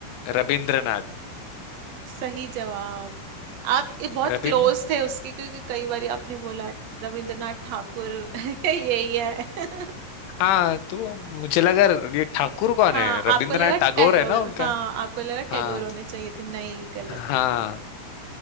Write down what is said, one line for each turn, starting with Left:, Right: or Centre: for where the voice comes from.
Left: रविंद्रनाथ
Right: सही जवाब आप ये बहुत
Left: रविंद्र
Right: क्लोज थे उसके क्योंकि कई बार आपने बोला रविंद्रनाथ ठाकुर <laughs> यही है <laughs>
Left: हाँ तो मुझे लगा ये ठाकुर कौन
Right: हाँ
Left: है रविंद्रनाथ
Right: आपको लगा
Left: टैगोर
Right: टैगोर
Left: है ना उनका
Right: हाँ आपको लगा
Left: हाँ
Right: टैगोर होने चाहिए थे नहीं गलत
Left: हाँ